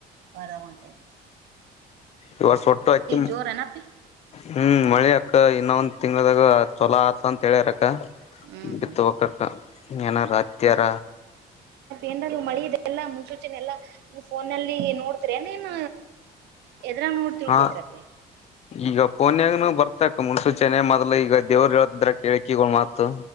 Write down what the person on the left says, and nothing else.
ಇವಾಗ ಒಟ್ಟು ಅತಿ
ಹ್ಮ್ ಮಳೆ ಅಕ್ಕ ಇನ್ನ ಒಂದು ತಿಂಗಳದಾಗ ಚೊಲೋ ಆತ ಅಂತ ಹೇಳ್ಯಾರಕ್ಕ
ಬಿತ್ತುವಕ್ಕಕ್ಕ
ಏನಾರ ಹತ್ಯಾರ
ಹಾ ಈಗ ಪೋನಾಗ ಬರ್ತಕ್ ಮುನ್ಸೂಚನೆ ಮೊದಲು ಈಗ ದೇವರು ಹೇಳತಿದ್ರ ಹೇಳಿಕಿಗಳು ಮಾತು